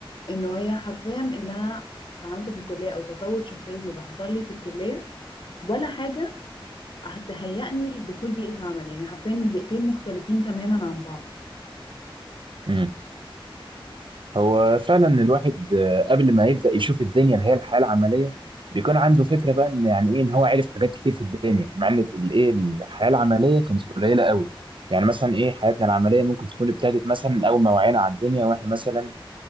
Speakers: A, on the left (about 55°); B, on the right (about 60°).
A: انه هي حرفيا اللي انا فهمته في الكليه او تطور شخصيتي اللي حصل لي في الكليه ولا حاجه هتهيئني لدخول بيئه عمل يعني حرفيا البيئتين مختلفين تماما عن بعض
B: امم هو فعلا الواحد آه، قبل ما يبدا يشوف الدنيا اللي هي الحياه العمليه بيكون عنده فكره بقى ان يعني ايه ان هو عارف حاجات كتير في الدنيا مع ان الايه الحياه العمليه كانت قليله قوي يعني مثلا ايه حياتنا العمليه ممكن تكون ابتدت مثلا اول ما وعينا على الدنيا واحنا مثلا